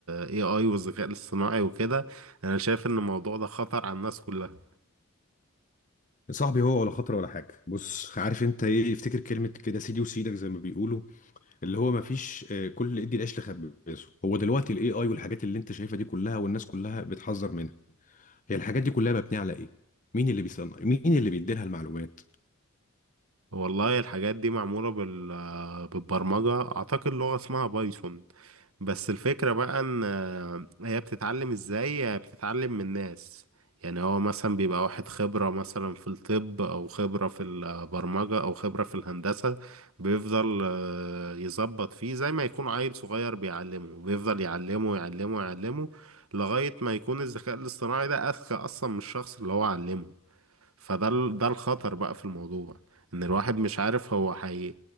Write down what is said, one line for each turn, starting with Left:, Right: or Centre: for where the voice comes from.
Right: AI والذكاء الاصطناعي وكده أنا شايف إن الموضوع ده خطر على الناس كلها
Left: يا صاحبي هو ولا خطر ولا حاجه بص عارف انت ايه افتكر كلمه كده سيدي وسيدك زي ما بيقولوا اللي هو ما فيش آه، كل ادي العيش لخبازه هو دلوقتي الاي اي والحاجات اللي انت شايفها دي كلها والناس كلها بتحذر منها هي الحاجات دي كلها مبنيه على ايه مين اللي بيصنع مين اللي بيديلها المعلومات
Right: والله الحاجات دي معمولة بال... بالبرمجة أعتقد لغة اسمها بايثون بس الفكرة بقى إن آه، هي بتتعلم إزاي هي بتتعلم من الناس يعني هو مثلا بيبقى واحد خبرة مثلا في الطب أو خبرة في البرمجة أو خبرة في الهندسة بيفضل آه، يظبط فيه زي ما يكون عيل صغير بيعلمه بيفضل يعلمه يعلمه يعلمه لغاية ما يكون الذكاء الاصطناعي ده أذكى أصلا من الشخص اللي هو علمه فده ال- ده الخطر بقى في الموضوع ان الواحد مش عارف هو حي...